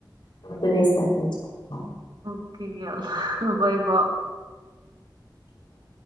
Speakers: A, on the left; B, on the right.
A: الله ربنا يسهل إن شاء
B: اوكي يلا <laughs> باي باي
A: الله